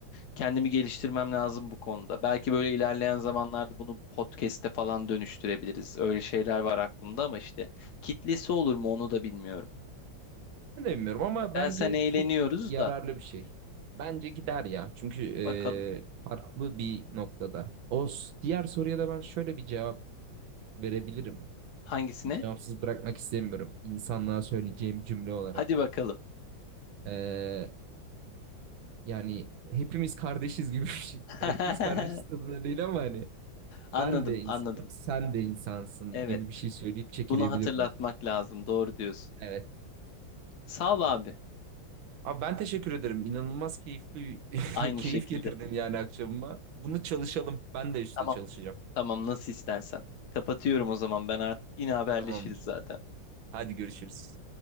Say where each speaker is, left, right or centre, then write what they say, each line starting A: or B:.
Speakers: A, on the left; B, on the right.
A: kendimi geliştirmem lazım bu konuda. Belki böyle ilerleyen zamanlarda bunu podcast'e falan dönüştürebiliriz. Öyle şeyler var aklımda ama işte kitlesi olur mu onu da bilmiyorum.
B: Ben de bilmiyorum ama
A: Ben
B: bence
A: sen eğleniyoruz
B: çok yararlı
A: da
B: bir şey. Bence gider ya. Çünkü
A: bakalım
B: e, farklı bir noktada. O s- diğer soruya da ben şöyle bir cevap verebilirim.
A: hangisine?
B: Cevapsız bırakmak istemiyorum. İnsanlığa söyleyeceğim cümle olarak.
A: Hadi bakalım.
B: E, yani hepimiz kardeşiz gibi <laughs> bir şey.
A: <laughs>
B: Yani hepimiz kardeşiz tadında değil ama hani
A: Anladım,
B: ben de insanım,
A: anladım.
B: sen de insansın
A: Evet.
B: gibi bir şey söyleyip çekilebilirdim
A: Bunu hatırlatmak
B: sanırım.
A: lazım. Doğru diyorsun.
B: Evet.
A: Sağ ol abi.
B: Abi ben teşekkür ederim. İnanılmaz keyifli <laughs>
A: Aynı
B: keyif
A: şekilde.
B: getirdin yani akşamıma. Bunu çalışalım. Ben de işte
A: Tamam.
B: çalışacağım.
A: Tamam nasıl istersen. Kapatıyorum o zaman ben artık. Yine haberleşiriz
B: Tamamdır.
A: zaten.
B: Hadi görüşürüz.